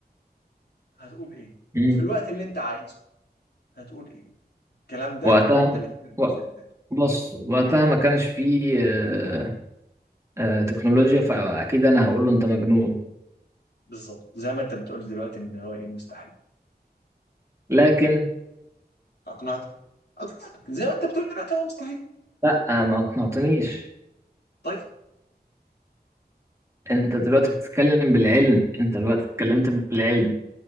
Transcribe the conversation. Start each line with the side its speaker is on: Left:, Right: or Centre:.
Left: هتقول ايه
Right: امم
Left: وفي الوقت اللي انت عايزه هتقول ايه الكلام ده
Right: وقتها
Left: من 30 40
Right: و-
Left: سنة فاتوا
Right: بص وقتها ما كانش فيه آه، آه، تكنولوجيا فاكيد انا هقول له انت مجنون
Left: بالظبط زي ما انت بتقول دلوقتي ان هو ايه مستحيل
Right: لكن
Left: اقنعتك اقنعتك زي ما انت بتقول دلوقتي هو مستحيل
Right: لا ما اقنعتنيش
Left: طيب
Right: انت دلوقتي بتتكلم بالعلم انت دلوقتي اتكلمت بالعلم